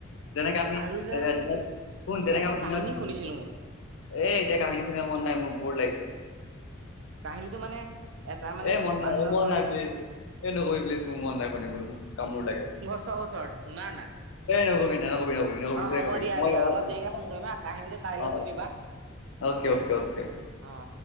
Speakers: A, on the left; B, on the right.
A: যেনেকে আমি
B: আৰু যে
A: এ দিন শন যেনেকে
B: এটা
A: আমি
B: কাহিনী
A: দিনত
B: শুনিছিলো মই
A: এ এতিয়া কাহিনী শুনিব মন নাই মোৰ ব'ৰ লাগিছে।
B: কাহিনিটো মানে এটা মানে
A: এই মন
B: মানুহে
A: নাই এই মন
B: কয়
A: নাই
B: যে
A: প্লিজ এই নকবি প্লিজ মোৰ মন নাই শুনিবলৈ মোক কামোৰ লাগে।
B: চচৰত শুনা না।
A: নকবি না নকবি নকবি নকবি
B: অ
A: চাৰে
B: হ'ব
A: কবি
B: দিয়া
A: মই
B: দিয়া
A: অ',
B: অলপ দেৰিকে
A: অ',
B: ফোন কৰিম হা কাহিনীটো কাইলৈ
A: অ'।
B: শুনিবা
A: অকে অকে অকে।
B: অ